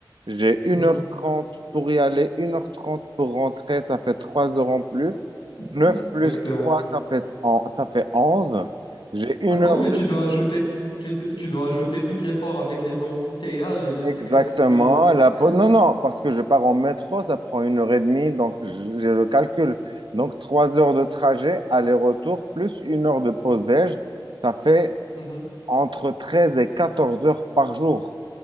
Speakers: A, on the right; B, on the left.
A: J'ai
B: Mhm.
A: une heure trente pour y aller, une heure trente pour rentrer, ça fait 3 heures en plus.
B: <laughs>
A: neuf
B: Exactement.
A: plus 3 ça fait, en- ça fait onze J'ai une
B: Attends,
A: heure
B: mais
A: de...
B: tu dois ajouter, tu, do- tu dois ajouter tout l'effort avec les embouteillages et le stress.
A: Exactement.
B: je-
A: La...
B: <laughs>
A: pau- Non, non, parce que je pars en métro, ça prend une heure et demie, donc j- j'ai le calcul. Donc 3 heures de trajet, aller-retour, plus une heure de pause déj, ça fait
B: Mhm.
A: entre 13 et 14 heures par jour.